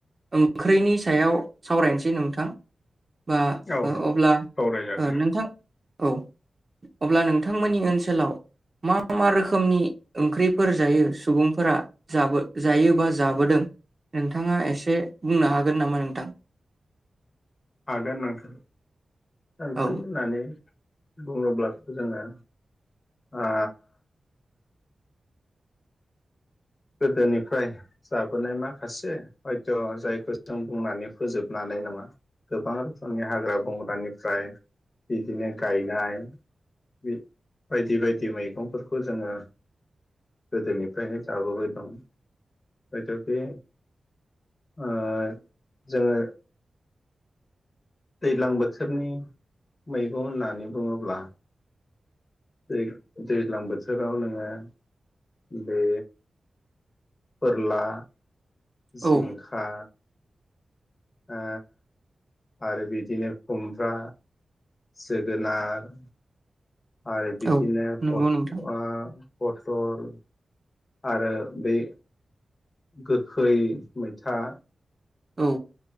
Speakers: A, on the right (about 25°); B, on the left (about 30°).
A: ओंख्रिनि सायाव सावरायनोसै नोंथां। बा
B: औ
A: ओ अब्ला
B: सावरायजागोन
A: ओ नोंथां औ अब्ला नोंथांमोननि ओनसोलाव मा मा रोखोमनि ओंख्रिफोर जायो सुबुंफोरा जाबो जायो बा जाबोदों नोंथाङा एसे बुंनो हागोन नामा नोंथां?
B: हागोन नोंथां। ओंख्रि
A: औ
B: होननानै बुङोब्लाथ' जोङो ओ गोदोनिफ्राय जाबोनाय माखासे हयथ' जायखौ जों बुंनानै फोजोबनो हानाय नङा गोबां रोखोमनि हाग्रा बंग्रानिफ्राय बिदिनो गायनाय बि बायदि बायदि मैगंफोरखौ जोङो गोदोनिफ्रायनो जाबोबाय दं हयथ' बे ओ जोङो दैज्लां बोथोरनि मैगं होननानै बुङोब्ला दै-दैज्लां बोथोराव नोङो बे फोरला जिंखा
A: औ
B: ओ आरो बिदिनो खुमब्रा जोगोनार आरो बिदिनो
A: औ
B: फट
A: नंगौ नोंथां
B: ओ फटल आरो बे गोखै मैथा
A: औ